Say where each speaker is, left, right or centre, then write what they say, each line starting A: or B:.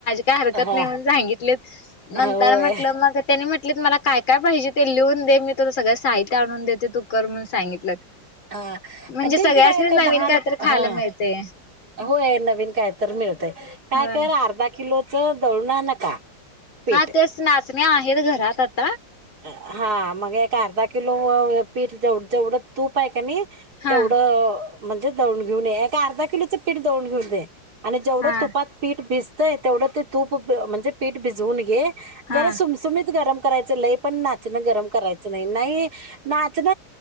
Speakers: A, on the left; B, on the right.
A: का हरकत
B: हा
A: नाहीण सांगितले
B: होय
A: नंतर म्हटलं मग त्यानी म्ह मला काय काय पाहिजे ते लिहून दे मी तु सगळं साहित्य आणून देते तू कर म्हणून सांगितलं
B: हा क
A: म्हणजे
B: काय
A: सगळ्यासनीच
B: येत
A: नवीन
B: दहा
A: काय
B: रुप
A: तर खायला
B: हा
A: मिळते
B: होय नवीन काय तर मिळतय काय
A: होय
B: कर अर्धा किलोच दळणार नका पीठ
A: हा तेच नाचण्या आहेत घरात आ
B: हा मग एक अर्धा किलो पीठ जेवढं तूप आहे का नाही
A: हा
B: तेवढं म्हणजे दळून घेऊन ये ए अर्धा किलोचं पीठ दवून घेऊन दे आणि जेवढं
A: हा
B: तुपात पीठ भिजतंय तेवढं ते तूप म्हणजे पीठ भिजवून घे
A: हा
B: जरा सुमसुमीत गरम करायच लय पण नाचण गरम करायचं नाही नाही नाचण